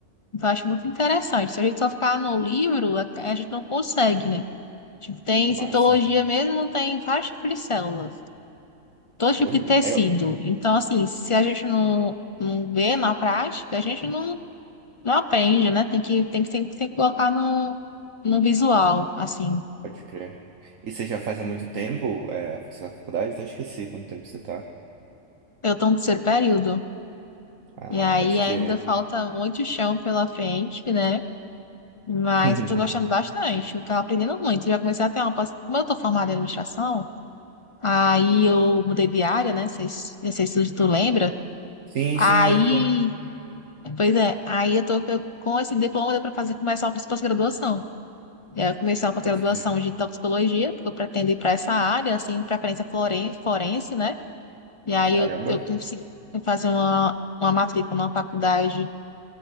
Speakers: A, on the left (about 45°); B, on the right (about 70°).
A: Então, eu acho muito interessante. Se a gente só ficar no livro, a, a gente não consegue, né? Tipo, tem
B: massa.
A: citologia mesmo, tem vários tipos de células, todo
B: Pô,
A: tipo
B: é,
A: de tecido. Então, assim, se a gente não, não vê na prática, a gente não Não aprende, né? Tem que, tem que sempre, tem que colocar no, no visual, assim.
B: Pode crer. E você já faz há muito tempo, é, você tá na faculdade? Até esqueci quanto tempo você tá.
A: Eu tô no terceiro período.
B: Ah,
A: E aí
B: pode
A: ainda
B: crer.
A: falta muito chão pela frente, né? Mas
B: <laughs>
A: eu tô gostando bastante. Eu tava aprendendo muito. Já comecei a ter uma... pos- Como eu tô formada em administração, aí eu mudei de área, né? Vocês- Não sei se tu lembra.
B: Sim,
A: Aí...
B: sim, lembro, lembro.
A: Pois é. Aí eu tô eu- com esse diploma deu pra fazer, começar uma pós-graduação. E aí eu comecei uma pós-graduação
B: Pode crer.
A: de toxicologia, porque eu pretendo ir para essa área, assim, preferência floren- forense, né? E aí
B: Caramba.
A: eu, eu consegui fazer uma, uma matrícula numa faculdade